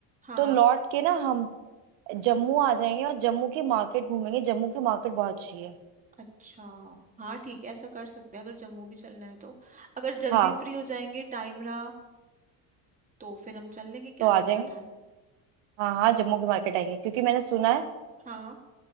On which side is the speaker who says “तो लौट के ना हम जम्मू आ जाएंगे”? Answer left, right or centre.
Right